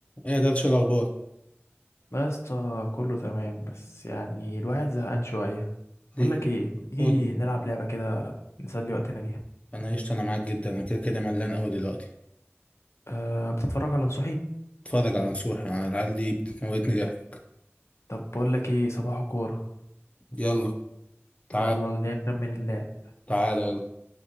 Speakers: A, on the left (about 30°); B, on the left (about 80°).
A: ايه ده شو الاخبار
B: لا يا اسطى كله تمام بس يعني الواحد زهقان شوية
A: ليه
B: بقول
A: كده
B: لك ايه ما تيجي
A: قول لي
B: نلعب لعبة كده نسلي وقتنا بيها
A: انا عشت انا معاك جدا انا كده كده ملان قوي دلوقتي
B: أه بتتفرج على نصوحي
A: اتفرج على نصوح انا العيال دي بتموتني ضحك
B: طب بقول لك ايه صباح الكورة
A: يلا تعال
B: يلا اللي يخمن من اللاعب
A: تعال يلا